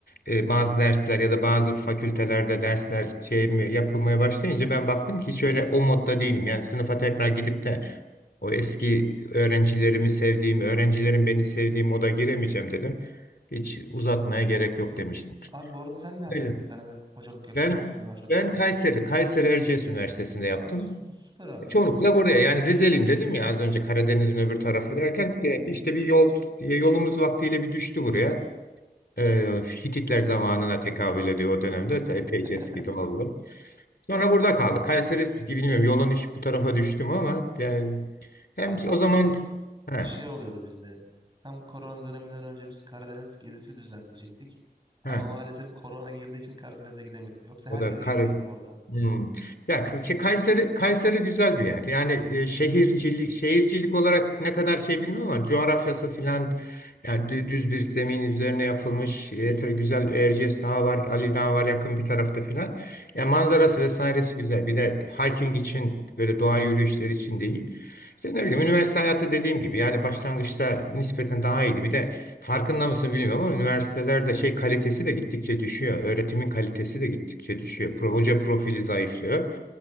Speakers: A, on the left; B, on the right.
A: e, bazı dersler ya da bazı fakültelerde dersler şey mi, yapılmaya başlayınca ben baktım ki hiç öyle o modda değilim. Yani sınıfa tekrar gidip de o eski öğrencilerimi sevdiğim, öğrencilerin beni sevdiği moda giremeyeceğim dedim. Hiç uzatmaya gerek yok demiştim.
B: Abi bu arada sen nerede
A: Öyle.
B: e, hocalık yapıyordun?
A: Ben
B: Hangi üniversitede?
A: ben Kayseri, Kayseri Erciyes Üniversitesi'nde yaptım.
B: Aa sü- süper abi.
A: Çoğunlukla buraya yani Rizeliyim dedim ya az önce Karadeniz'in öbür tarafı
B: Hı hı.
A: derken e, işte bir yol yolumuz vaktiyle bir düştü buraya. E, Hititler zamanına tekabül ediyor o dönemde. Epeyce
B: <laughs>
A: eski doğalım. Sonra burada kaldık. Kayseri bilmiyorum yolun iş bu tarafa düştüm ama yani hem
B: Abi tam
A: o zaman he,
B: şey oluyordu bizde. Tam korona döneminden önce biz Karadeniz gezisi düzenleyecektik.
A: he.
B: Ama maalesef korona girdiği için Karadeniz'e gidemedim. Yoksa
A: O
B: her
A: da
B: yeri
A: Kare.
B: gezecektim orada.
A: Hmm. Ya K- şey, Kayseri Kayseri güzel bir yer. Yani e, şehircilik şehircilik olarak ne kadar şey bilmiyorum ama coğrafyası filan yani dü- düz bir zemin üzerine yapılmış yeter güzel Erciyes Dağı var, Ali Dağı var yakın bir tarafta filan. Yani manzarası vesairesi güzel. Bir de hiking için böyle doğa yürüyüşleri için değil. İşte ne bileyim üniversite hayatı dediğim gibi yani başlangıçta nispeten daha iyiydi. Bir de Farkında mısın bilmiyorum ama üniversitelerde şey kalitesi de gittikçe düşüyor. Öğretimin kalitesi de gittikçe düşüyor. Pro, hoca profili zayıflıyor.